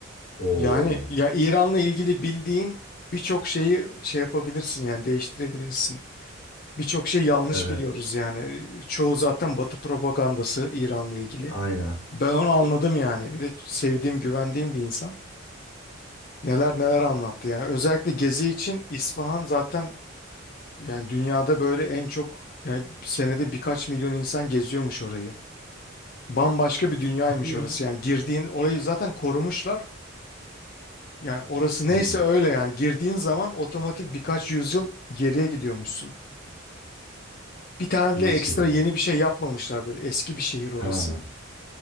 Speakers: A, on the left (about 65°); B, on the left (about 45°).
A: Oo.
B: Yani ya İran'la ilgili bildiğin birçok şeyi şey yapabilirsin yani değiştirebilirsin. Birçok şey yanlış
A: Evet.
B: biliyoruz yani. Çoğu zaten Batı propagandası İran'la ilgili.
A: Aynen.
B: Ben onu anladım yani. Bir de sevdiğim, güvendiğim bir insan. Neler neler anlattı yani. Özellikle gezi için İsfahan zaten yani dünyada böyle en çok yani senede birkaç milyon insan geziyormuş orayı. Bambaşka bir dünyaymış
A: Hadi ya.
B: orası. Yani girdiğin orayı zaten korumuşlar. Yani orası neyse
A: Hmm.
B: öyle yani girdiğin zaman otomatik birkaç yüzyıl geriye gidiyormuşsun. Bir tane
A: Nasıl?
B: bile ekstra yeni bir şey yapmamışlar böyle eski bir şehir orası.
A: Ha,